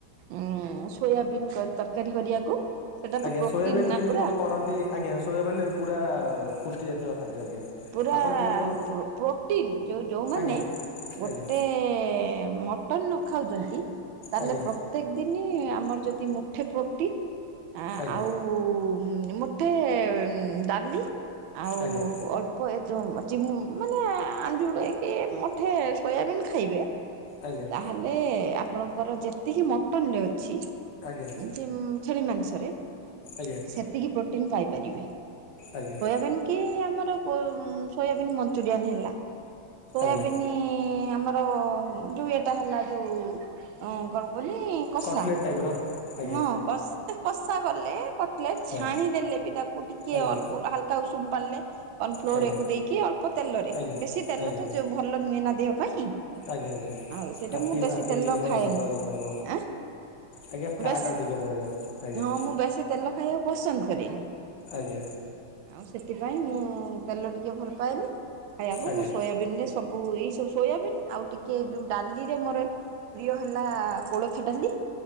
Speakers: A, on the right; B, on the left.
A: ଉଁ ସୋୟାବିନ୍ କ ତରକାରୀ କରିବାକୁ। ସେଇଟା ତ
B: ଆଜ୍ଞା
A: ପ୍ରୋଟିନ୍
B: ସୋୟାବିନ୍
A: ନା
B: କେମିତି
A: ପୁରା
B: କଣ କରନ୍ତି ଆଜ୍ଞା ସୋୟାବିନ୍ ପୁରା ପୁଷ୍ଟିଜାତୀୟ ଖାଦ୍ୟ ଆଜ୍ଞା।
A: ପୁରା
B: ଆପଣ କେମିତି କଣ
A: ପ୍ରୋ ପ୍ରୋଟିନ ଯୋଉ ଯୋଉମାନେ
B: ଆଜ୍ଞା
A: ଗୋଟେ
B: ଆଜ୍ଞା
A: ମ ଟନ ନ ଖାଉଛନ୍ତି ତାହେଲେ
B: ଆଜ୍ଞା
A: ପ୍ରତେକ ଦିନ ଆମର ଯଦି ମୁଠେ ପ୍ରୋଟିନ୍। ଆ
B: ଆଜ୍ଞା
A: ଆଉ ଉଁ ମୁଠେ ଡାଲି ଆଉ
B: ଆଜ୍ଞା
A: ଅଳ୍ ଳ୍ପ ଏ ଯୋଉ ଚିମ୍ ମାନେ ଆଞୁଳାଏ ମୁଠେ ସୋୟାବିନ୍ ଖାଇବେ।
B: ଆଜ୍ଞା।
A: ତାହଲେ ଆପଣଙ୍କର ଯେତିକି ମଟନରେ ଅଛି।
B: ଆଜ୍ଞା।
A: ସେମ୍ ଛେଳି ମାଂସରେ।
B: ଆଜ୍ଞା।
A: ସେତିକି ପ୍ରୋଟିନ୍ ପାଇପାରିବେ
B: ଆଜ୍ଞା।
A: ସୋୟାବିନ୍ କି ଆମର। ପୋ ମ ସୋୟାବିନ୍ ମଞ୍ଚୁରିଆନ୍ ହେଲା ସୋୟାବିନ୍
B: ଆଜ୍ଞା
A: ନ୍ ଆମର ଯୋଉ ଏଇଟା ହେଲା ଯୋଉ କଣ କହିଲେ। କଷା
B: କଟଲେଟ୍ ଟାଇପ୍ ର ଆଜ୍ଞା
A: ହଁ କଷ୍। କଷା କଲେ କଟଲେଟ୍ ଛାଣିଦେଲେ
B: ହଁ
A: ବି ତାକୁ ଟିକେ
B: ଆଜ୍ଞା
A: ଅଲ ହାଲକା ଉଷୁମ ପାଣି ଲେ। କନ୍ ଫ୍ଲୋର
B: ଆଜ୍ଞା
A: ଏକୁ ଦେଇକି ଅଳ୍ପ ତେଲରେ
B: ଆଜ୍ଞା
A: ବେଶୀ ତେଲ
B: ଆଜ୍ଞା
A: ତ ଭଲ ନୁହେଁ ନା ଦେହ ପାଇଁ।
B: ଆଜ୍ଞା ଆଜ୍ଞା
A: ଆଉ ସେଠୁ
B: ଫାଟି
A: ମୁଁ ବେଶୀ
B: ଫାଟି
A: ତେଲ
B: ଲିଭର
A: ଖାଉନି
B: ଅଧିକ ଇଏ ହବ
A: ଆଁ।
B: ଆଜ୍ଞା ଫ୍ୟାଟ୍
A: ବେଶ୍
B: ଅଧିକ ବଢେଇବ ଆଜ୍ଞା
A: ହଁ ମୁଁ ବେଶୀ ତେଲ ଖାଇବାକୁ ପସନ୍ଦ କରେନି।
B: ଆଜ୍ଞା।
A: ଆଉ ସେଥିପାଇଁ ମୁଁ ତେଲ ଟିକେ ଭଲ ପାଏନି ଖାଇବାକୁ
B: ଆଜ୍ଞା
A: ମୁଁ ଶୋୟା ବିନ୍ ରେ ଏଇ ସବୁ ଏଇ ସବୁ ସୋୟାବନ୍ ଆଉ ଟିକେ ଯୋଉ ଡାଲିରେ ମୋର। ପ୍ରିୟ ହେଲା କୋଳଥ ଡାଲି।